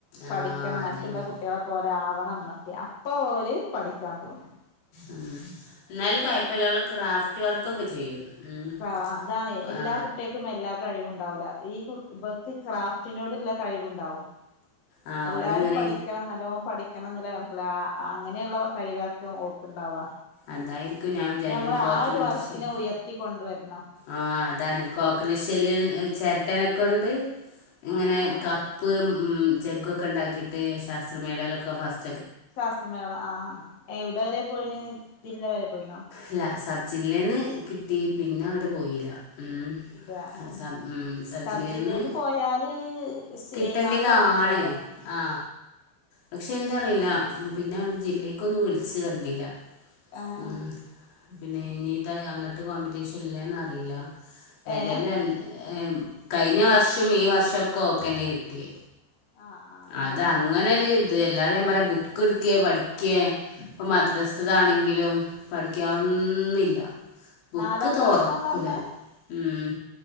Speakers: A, on the left; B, on the left.
A: പഠിക്കണം
B: ആ അതന്നെ
A: മറ്റുള്ള കുട്ടികളെ പോലെ ആവണം. എന്നൊക്കെ അപ്പ ഓര് പഠിക്കാൻ തോന്നും.
B: ഉം എന്നാലും കുഴപ്പല്ല അവൾ ക്രാഫ്റ്റ് വർക്കൊക്കെ ചെയ്യും. ഉം
A: അവാ അതാണ് എല്ലാ
B: ആ
A: കുട്ടികക്കും എല്ലാ കഴിവും ഉണ്ടാവൂല. ഈ ഇവർക്ക് ക്രാഫ്റ്റിനോടുള്ള കഴിവുണ്ടാവും.
B: ആ
A: എല്ലാരും
B: ഓളിങ്ങനെ
A: പഠിക്കണം. നല്ലോണം പഠി പഠിക്കണംന്നുള്ള കഴിവില്ല അങ്ങനെയുള്ള കഴിവാരിക്കും ഓക്കുണ്ടാവുക.
B: അതായിരിക്കും ഞാൻ
A: അയിന്
B: വിചാരിക്കുന്നത്
A: നമ്മൾ
B: കോക്കനട്ട്
A: ആ ഒരു വർക്കിനെ
B: ഷെല്ല്
A: ഉയർത്തി കൊണ്ടുവരണം
B: ആ അതാണ് കോക്കനട്ട്ഷെല്ല് ചെരട്ടനക്കൊണ്ട് ഇങ്ങനെ
A: ആഹ് ആഹ്
B: കപ്പ് ഉം ജഗ്ഗൊക്കെണ്ടാക്കിട്ട് ശാസ്ത്രമേളയിലൊക്കെ ഫസ്
A: ശാസ്ത്രമേള ആഹ് എവടെ വരെ പോയിണ് ജില്ല വരെ പോയിണോ
B: ല്ല സബ്ജില്ലേന്ന് കിട്ടി പിന്നെ അവിടെ പോയില്ല ഉം
A: ഇല്ല ആ
B: സബ് ഉം സബ്
A: സബ്ജില്ലേന്ന്
B: ജില്ലയിൽന്ന്
A: പോയാല് സീ
B: കിട്ടേണ്ടതാണ്
A: മാർക്കൊക്കെ കിട്ടുവല്ലോ ഉം
B: ആ പക്ഷെ എന്തറിയില്ല പിന്നങ്ങട്ട് ജില്ലേക്കൊന്നും വിളിച്ച് കണ്ടില്ല
A: ആഹ
B: ഉം പിന്നെ യ്താ അങ്ങൻത്തെ കോമ്പറ്റീഷൻ ഇല്ലേന്ന റീല്ല ഏതായാലും
A: ഏഹ്
B: ര എം കഴിഞ്ഞ വർഷും ഈ വർഷോക്കൊക്കെന്നേ കിട്ട്യേ.
A: ആഹ് ആഹ്
B: അത
A: ആഹ്
B: അങ്ങനൊരു ല്ലാതെ ഞാൻ പറ ബുക്ക് ഇടുക്കേ പഠിക്കെ ഇപ്പ മദ്രസ്ഥാണെങ്ക എങ്കിലും പഠിക്കാവുന്നില്ല ബുക്ക്
A: നാലാം
B: തൊറക്കുല
A: ക്ലാസ്സിലാന്ന് പറഞ്ഞേ
B: ഉം